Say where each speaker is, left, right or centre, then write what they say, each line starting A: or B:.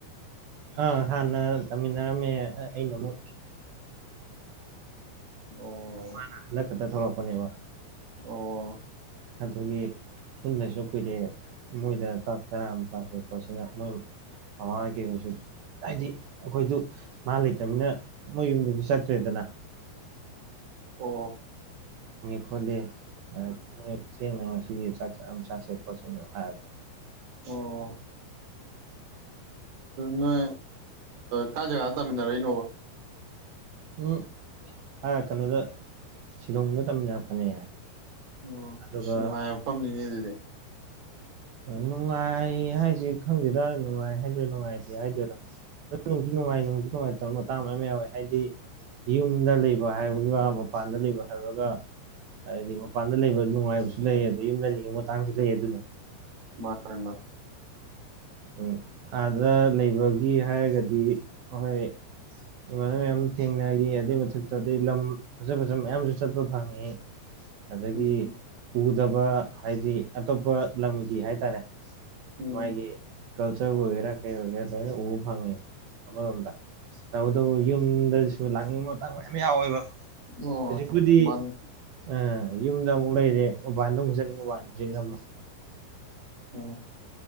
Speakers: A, on the right (about 70°); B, on the right (about 50°).
A: ꯑ ꯍꯥꯟꯅ ꯇꯥꯃꯤꯜꯅꯔꯝꯃꯦ ꯑꯩꯅ ꯑꯃꯨꯛ
B: ꯑꯣ
A: ꯃꯥꯅ ꯍꯟꯗꯛꯈꯥꯇ ꯊꯣꯛꯂꯛꯄꯅꯦꯕ
B: ꯑꯣ
A: ꯑꯗꯨꯒꯤ ꯄꯨꯟꯗꯁꯨ ꯀꯨꯏꯔꯦ ꯃꯣꯏꯗ ꯆꯥꯛ ꯆꯥꯔꯥ ꯑꯃ ꯆꯥꯁꯦ ꯈꯣꯠꯁꯦꯅ ꯃꯣꯏ ꯃꯃꯥ ꯃꯩꯀꯩ ꯍꯣꯏꯁꯨ ꯍꯥꯏꯗꯤ ꯑꯩꯈꯣꯏꯗꯨ ꯃꯥ ꯂꯩꯇꯅꯤꯅ ꯃꯣꯏ ꯌꯨꯝꯗꯁꯨ ꯆꯠꯇ꯭ꯔꯦꯗꯅ
B: ꯑꯣ
A: ꯈꯣꯠꯂꯦ <unintelligible> ꯊꯦꯡꯅ ꯉꯁꯤꯁ ꯆꯥꯛ ꯆꯥꯔꯥ ꯑꯃ ꯆꯥꯁꯩ ꯈꯣꯠꯁꯦꯅ ꯍꯥꯏꯕꯅꯦ
B: ꯑꯣ ꯅꯣꯏ ꯀꯥꯏ ꯖꯒꯥ ꯇꯥꯃꯤꯟꯅꯔꯛꯏꯅꯣꯕ
A: ꯎꯝ ꯀꯩꯅꯣꯗ ꯁꯤꯂꯣꯡꯗ ꯇꯝꯃꯤꯟꯅꯔꯛꯄꯅꯦ
B: ꯑꯣ
A: ꯑꯗꯨꯒ
B: ꯁꯤ ꯅꯨꯡꯉꯥꯏꯕ ꯃꯐꯝꯅꯤꯅꯦ ꯑꯗꯨꯗꯤ
A: ꯅꯨꯡꯉꯥꯏ ꯍꯥꯏꯁꯤ ꯈꯪꯗꯦꯗ ꯅꯨꯡꯉꯥꯏ ꯍꯥꯏꯗꯣꯏꯔꯣ ꯅꯨꯡꯉꯥꯏꯇꯦ ꯍꯥꯏꯗꯣꯏꯔꯥ ꯑꯗꯨꯣꯡꯁꯨ ꯅꯨꯡꯉꯥꯏ ꯄꯨꯡꯛꯁꯨ ꯅꯨꯡꯉꯥꯏꯇꯕ ꯃꯇꯥꯡ ꯃꯌꯥꯝ ꯌꯥꯎꯋꯦ ꯍꯥꯏꯗꯤ ꯌꯨꯝꯗ ꯂꯩꯕ ꯍꯥꯏꯕꯒ ꯃꯄꯥꯟꯗ ꯂꯩꯕ ꯍꯥꯏꯕꯒ ꯍꯥꯏꯗꯤ ꯃꯄꯥꯟꯗ ꯂꯩꯕ ꯅꯨꯡꯉꯥꯏꯕꯁꯨ ꯂꯩ ꯑꯗ ꯌꯨꯝꯗ ꯂꯩꯉꯤꯕ ꯃꯇꯥꯡꯁꯨ ꯂꯩ ꯑꯗꯨꯅꯤ
B: ꯃꯥꯅꯤ
A: ꯎ ꯑꯥꯗ ꯂꯩꯕꯒꯤ ꯍꯥꯏꯔꯒꯗꯤ ꯍꯣꯏ ꯏꯃꯥꯟꯅꯕ ꯃꯌꯥꯝ ꯊꯦꯡꯅꯈꯤ ꯑꯗꯨꯏ ꯃꯊꯛꯇ ꯑꯗꯩ ꯂꯝ ꯐꯖ ꯐꯖꯕ ꯃꯌꯥꯝꯁꯨ ꯆꯠꯄ ꯐꯪꯉꯤ ꯑꯗꯒꯤ
B: ꯎꯝ
A: ꯎ ꯐꯗꯕ ꯍꯥꯏꯗꯤ ꯑꯇꯣꯞꯄ ꯂꯝꯒꯤ ꯍꯥꯏꯇꯥꯔꯦ
B: ꯎꯝ
A: ꯃꯥꯏꯒꯤ ꯀꯜꯆꯔꯕꯨ ꯑꯣꯏꯒꯦꯔꯥ ꯀꯩ ꯑꯣꯏꯒꯦꯔꯥ ꯂꯣꯏꯅ ꯎꯕ ꯐꯪꯉꯤ ꯑꯃꯔꯣꯝꯗ ꯇꯧꯕꯇꯕꯨ ꯌꯨꯝꯗꯁꯨ ꯂꯥꯡꯅꯤꯡꯕ ꯃꯇꯥꯡ ꯃꯌꯥꯝ ꯌꯥꯎꯋꯦꯕ
B: ꯑꯣ
A: ꯍꯧꯖꯤꯛꯄꯨꯗꯤ
B: ꯃꯥꯅꯤ
A: ꯑꯝ ꯌꯨꯝꯗ ꯑꯃꯨꯛ ꯂꯩꯔꯦ ꯃꯄꯥꯟꯜꯗ ꯑꯃꯨꯛ ꯆꯠꯅꯤꯡꯕ ꯃꯕꯥꯜꯁꯦ ꯉꯝꯃꯣ
B: ꯎ